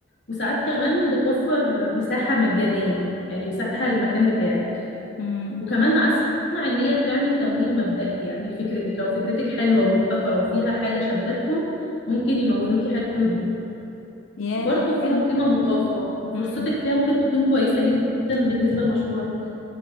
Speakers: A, on the left; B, on the left.
A: وساعات كمان بتوفر مساحة مجانية يعني مساحة للمكان بتاعك
B: مم.
A: وكمان اسمع ان هي بتعمل تمويل مبدئي يعني لفكرتك لو فكرتك حلوه ومبتكره وفيها حاجه شدتهم ممكن يمولوكي حلو جدا
B: ياه
A: وبرضه
B: طب
A: فيها
B: حلو
A: قيمه مضافه وفرصتك
B: مم.
A: فيها ممكن تكون كويسه جدا بالنسبه لمشروعك